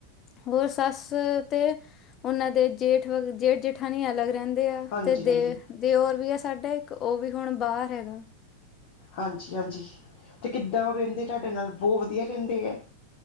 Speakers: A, on the left; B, on the left.
A: ਹੋਰ ਸੱਸ ਤੇ ਉਹਨਾਂ ਦੇ ਜੇਠ ਵ ਜੇਠ- ਜੇਠਾਂ ਨੀ ਅਲੱਗ ਰਹਿੰਦੇ ਆ।
B: ਹਾਂਜੀ
A: ਤੇ ਦੇ
B: ਹਾਂਜੀ
A: ਦਿਓਰ, ਦਿਓਰ ਵੀ ਆ ਸਾਡਾ ਇੱਕ ਉਹ ਵੀ ਹੁਣ ਬਾਹਰ ਹੈਗਾ।
B: ਹਾਂਜੀ ਹਾਂਜੀ ਤੇ ਕਿੱਦਾਂ ਉਹ ਰਹਿੰਦੇ ਤੁਹਾਡੇ ਨਾਲ ਬੋ ਵਧੀਆ ਰਹਿੰਦੇ ਐ?